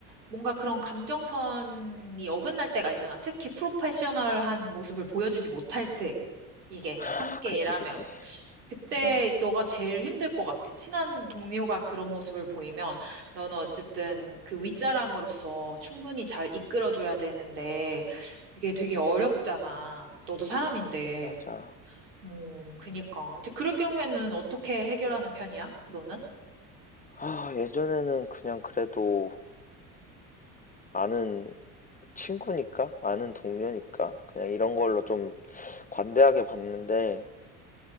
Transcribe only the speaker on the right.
뭔가 그런 감정선이 어긋날 때가 있잖아. 특히 프로페셔널한 모습을 보여주지 못할 때, 이게
함께
일하면.
그때
너가 제일 힘들 것 같아. 친한 동료가 그런 모습을 보이면 너는 어쨌든 그 윗사람으로서 충분히 잘 이끌어줘야 되는데 그게 되게 어렵잖아. 너도 사람인데.
음, 그니까. 이제 그럴 경우에는 어떻게 해결하는 편이야? 너는?